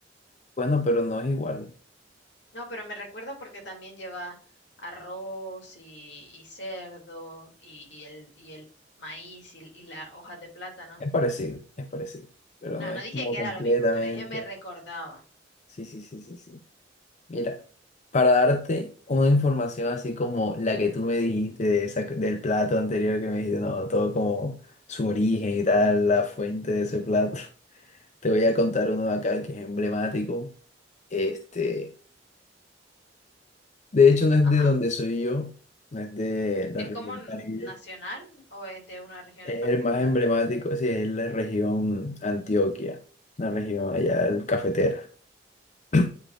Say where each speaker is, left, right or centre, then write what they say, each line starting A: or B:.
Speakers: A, on the left; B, on the left.
A: Bueno, pero no es igual.
B: No, pero me recuerda porque también lleva arroz y, y cerdo y, y el, y el maíz y, y la hoja de plátano.
A: Es parecido, es parecido, pero
B: No,
A: no es
B: no dije
A: como
B: que era
A: completamente.
B: lo mismo, pero dije me recordaba.
A: Sí, sí, sí, sí, sí. Mira, para darte una información así como la que tú me dijiste de esa, del plato anterior que me dijiste, no, todo como su origen y tal, la fuente de ese plato. Te voy a contar uno de acá que es emblemático. Este, de hecho, no es
B: Ajá,
A: de donde soy yo, no es de
B: ok.
A: la
B: ¿Es
A: región
B: como n-
A: Caribe.
B: nacional o es de una región
A: Es
B: en particular?
A: el más emblemático, sí, es la región Antioquia, la región allá del cafetera. <clears throat>